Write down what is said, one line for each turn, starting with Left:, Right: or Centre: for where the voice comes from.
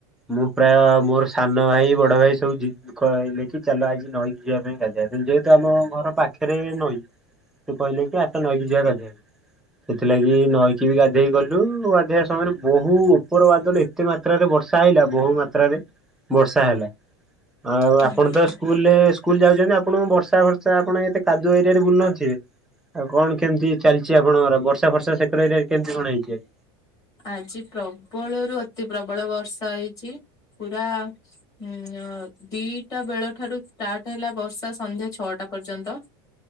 Centre: ମୁଁ ପ୍ରାୟ ମୋର ସାନ ଭାଇ ବଡ ଭାଇ ସବୁ ଜି କହିଲେ କି ଚାଲ ଆଜି ନଈକି ଯିବା ପାଇଁ ଗାଧିବା ପାଇଁ ଯେହେତୁ ଆମ ଘର ପାଖରେ ନଈ। ସେ କହିଲେ କି ଆଟା ନଈକି ଯିବା ଗାଧେଇବାକୁ, ସେଥିଲାଗି ନଈକି ବି ଗାଧେଇ ଗଲୁ ଗାଧୋଇେଇବା ସମୟରେ ବହୁ ଉପରବାଦରେ ଏତେ ମାତ୍ରାରେ ବର୍ଷା ହେଇଲା ବହୁ ମାତ୍ରାରେ ବର୍ଷା ହେଲା। ଆଉ
Left: ହୁଁ
Centre: ଆପଣ ତ ସ୍କୁଲରେ ସ୍କୁଲ ଯାଉଛନ୍ତି ଆପଣ ବର୍ଷା ବର୍ଷା ଆପଣ ଏତେ କାଦୁଅ ଏରିଆ ରେ ବୁଲୁ ନଥିବେ। ଆଉ କଣ କେମିତି ଚାଲିଛି ଆପଣଙ୍କର ବର୍ଷା ଫର୍ଷା ସେକର ଏରିଆରେ କେମିତି କଣ ହେଇଛି ଆ
Left: ଆଜି ପ୍ରବଳରୁୁ ଅତି ପ୍ରବଳ ବର୍ଷା ହେଇଛି ପୁରା ହୁଁ ଅ। ଦିଟା ବେଳ ଠାରୁ ଷ୍ଟାର୍ଟ ହେଲା ବର୍ଷା ସନ୍ଧ୍ୟା ଛଅଟା ପର୍ଯ୍ୟନ୍ତ।